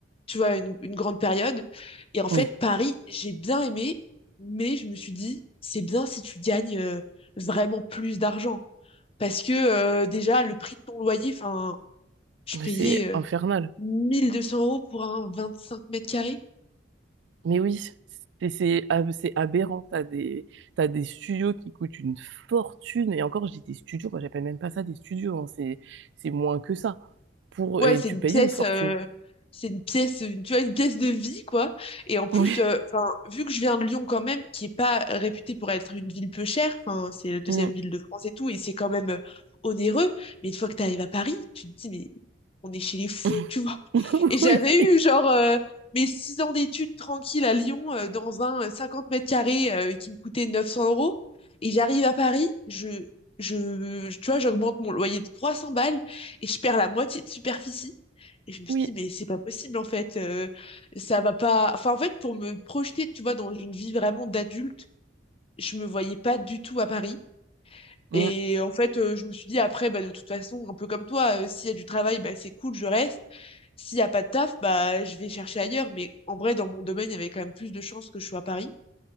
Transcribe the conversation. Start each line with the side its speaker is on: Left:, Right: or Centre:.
Left: tu vois, une, une grande période. Et en
Right: Oui.
Left: fait, Paris, j'ai bien aimé, mais je me suis dit, c'est bien si tu gagnes euh, vraiment plus d'argent. Parce que euh, déjà, le prix de ton loyer, enfin, je
Right: Mais
Left: payais
Right: c'est
Left: euh,
Right: infernal.
Left: 1200 euros pour un 25 mètres carrés.
Right: Mais oui, c'est c'est ab- c'est aberrant. T'as des, t'as des studios qui coûtent une fortune. Et encore, je dis des studios, moi j'appelle même pas ça des studios. hein. C'est c'est moins que ça. Pour,
Left: Ouais,
Right: et
Left: c'est
Right: tu
Left: une
Right: payes
Left: pièce,
Right: une fortune.
Left: euh, c'est une pièce, euh, tu vois, une pièce de vie, quoi. Et en plus,
Right: Oui.
Left: euh, enfin, vu que je viens de Lyon quand même, qui est pas réputée pour être une ville peu chère, enfin, c'est la deuxième
Right: Mm.
Left: ville de France et tout, et c'est quand même euh, onéreux. Mais une fois que t'arrives à Paris, tu te dis, mais on est chez les fous,
Right: <laughs>
Left: <laughs> tu vois. Et j'avais
Right: Oui.
Left: eu, genre, euh, mes six ans d'études tranquilles à Lyon, euh, dans un euh, 50 mètres carrés, euh, qui me coûtait 900 euros. Et j'arrive à Paris, je, je, je- tu vois, j'augmente mon loyer de 300 balles et je perds la moitié de superficie. Et je me
Right: Oui.
Left: suis dit, mais c'est pas possible, en fait. euh, ça va pas. Enfin, en fait, pour me projeter, tu vois, dans une vie vraiment d'adulte, je me voyais pas du tout à Paris.
Right: Mm.
Left: Et en fait, euh, je me suis dit, après, bah, de toute façon, un peu comme toi, euh, s'il y a du travail, bah, c'est cool, je reste. S'il y a pas de taf, bah, je vais chercher ailleurs. Mais en vrai, dans mon domaine, il y avait quand même plus de chances que je sois à Paris.